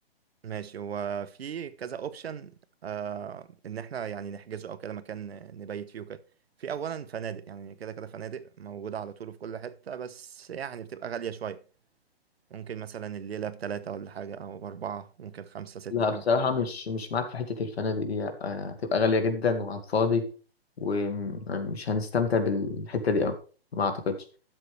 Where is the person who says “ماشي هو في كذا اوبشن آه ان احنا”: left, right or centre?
Right